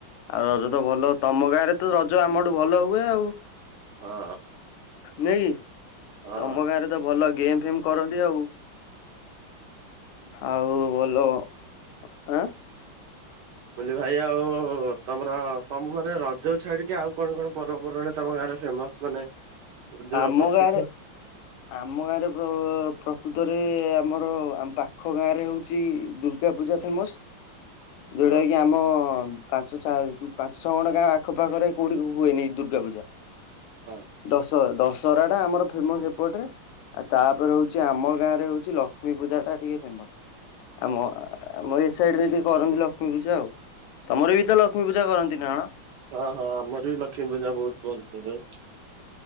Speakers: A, on the left (about 85°); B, on the right (about 70°).
A: ଆଉ ରଜ ତ ଭଲ ତମ ଗାଁରେ ତ ରଜ ଆମଠୁ ଭଲ ହୁଏ ଆଉ।
B: ହଁ
A: ନାଇଁ କି?
B: ହଁ
A: ତମ ଗାଁ ରେ ତ ଭଲ ଗେମ୍ ଫିମ କରନ୍ତି ଆଉ। ଆଉ ଭଲ ଆଁ
B: ମୁଁ କହିଲି ଭାଇ ଆଉ ତମର ତ ମୁଁ ମାନେ ଯୋଉ ଛାଡିକି ଆଉ କଣ କଣ ପର୍ବପର୍ବାଣି ତମ ଗାଁରେ ଫେମସ ମାନେ ଯୋଉଟା
A: ଆମ
B: ପ୍ରସିଦ୍ଧ
A: ଗାଁରେ ଆମ ଗାଁରେ ପ୍ରକୃତ ଆମର ଆମ ପାଖ ଗାଁ ରେ ହଉଛି ଦୁର୍ଗା ପୂଜା ଫେମସ। ଯୋଉଟା
B: ହଁ
A: କି ଆମ ପାଞ୍ଚ ପାଞ୍ଚ ଛଅ ଖଣ୍ଡ ଗାଁ ଆଖପାାଖରେ କୋଉଠି ହୁଏନି ଦୁର୍ଗା ପୂଜା।
B: ହଁ।
A: ଦଶ ଦଶହରା ଟା ଆମର ଫେମସ ଏପଟେ ତାପରେ ହଉଛି ଆମ ଗାଁ ରେ ହଉଛି ଲକ୍ଷ୍ମୀ ପୂଜା ଟା ଟିକେ ଫେମସ ଆମ ଆମ ଏ ସାଇଡ ରେ ଟିକେ କରନ୍ତି ଲକ୍ଷ୍ମୀ ପୂଜା ଆଉ ତମର ବି ତ ଲକ୍ଷ୍ମୀ ପୂଜା କରନ୍ତି ନା କଣ?
B: ହଁ ହଁ ଆମର ବି ଲକ୍ଷ୍ମୀ ମୂଜା ବହୁତ ଭଲସେ